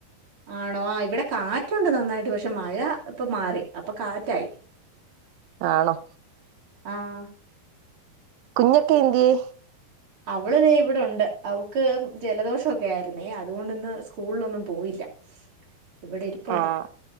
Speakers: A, on the right (about 35°); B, on the right (about 80°).
A: ആണോ ആ ഇവിടെ കാറ്റുണ്ട് നന്നായിട്ട് പക്ഷെ മഴ ഇപ്പൊ മാറി ഇപ്പൊ കാറ്റായി
B: ആണോ
A: ആഹ്
B: കുഞ്ഞൊക്കെ എന്തിയേ
A: അവള് ദെ ഇവിടെ ഉണ്ട് അവക്ക് ജലദോഷം ഒക്കെ ആയിരുന്നേ അതുകൊണ്ട് ഇന്ന് സ്കൂളിലൊന്നും പോയില്ല
B: <inaudible>
A: ഇവിടെ ഇരിപ്പുണ്ട്
B: ആഹ്